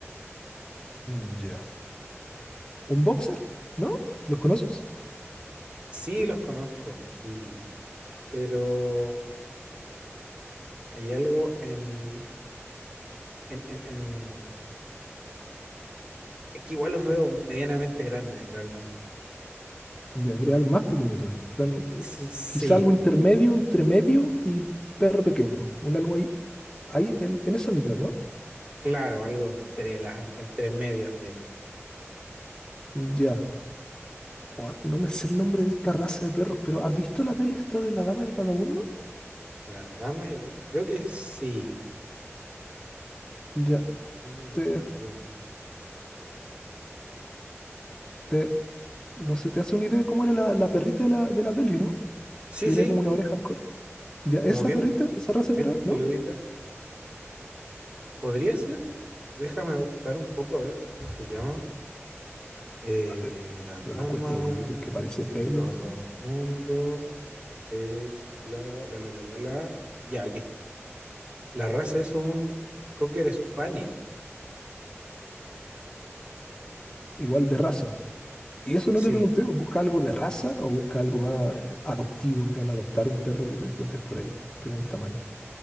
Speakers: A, on the left; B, on the right.
A: Ya. un boxer, ¿no? ¿Los conoces?
B: Sí, los conozco, sí, pero hay algo en, en, en, en- es que igual los veo medianamente grandes realmente.
A: Ya quería algo más pequeño todavía. En plan, un-
B: Sí, sí,
A: Quizá algo intermedio, entre medio y perro pequeño. Un algo ahí, ahí en, en esa mitad, ¿no?
B: claro, algo entre las, entre medias de
A: Ya. Ua, no me sé el nombre de esta raza de perros, pero ¿has visto la peli esta de la dama y el vagabundo?
B: las damas y el, creo que sí,
A: Ya,
B: las damas y el
A: te,
B: vagabundo.
A: te, no sé, te hace una idea de cómo era la, la perrita de la, de la peli, ¿no?
B: Sí,
A: Que tenía
B: sí,
A: como una oreja. co- Ya, esa
B: como bien
A: perrita, esa raza
B: bien
A: de perro, ¿no?
B: peluditas. ¿Podría ser? Déjame buscar un poco a ver cómo se llama. Eh,
A: Sí, a ver,
B: la
A: yo
B: dama
A: lo encuentro bonito, el que parece
B: y el
A: pelo,
B: vagabundo
A: o sea,
B: es la, la, la, la, la, la. Ya, aquí está. La raza es un Cocker Spaniel.
A: igual de raza. Y eso no
B: Sí.
A: te pregunté, pues, ¿busca algo de raza o busca algo más eh, adoptivo, en plan adoptar un perro que te encuentres por ahí? Pero un tamaño,